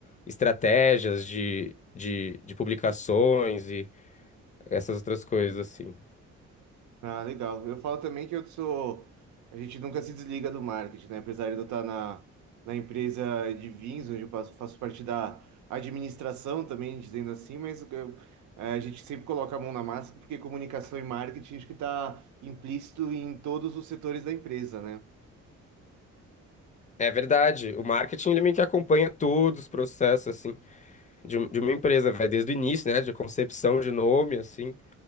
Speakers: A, on the left; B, on the right.
A: estratégias de, de, de publicações e essas outras coisas assim.
B: Ah, legal. Eu falo também que eu sou. A gente nunca se desliga do marketing, né? Apesar de eu estar na, na empresa de vinhos, onde eu passo- faço parte da administração também, dizendo assim, mas eu- eh, a gente sempre coloca a mão na massa, porque comunicação e marketing acho que está implícito em todos os setores da empresa, né?
A: É verdade, o marketing ele meio que acompanha todos os processos assim de, um- de uma empresa, vai desde o início, né, de concepção de nome assim,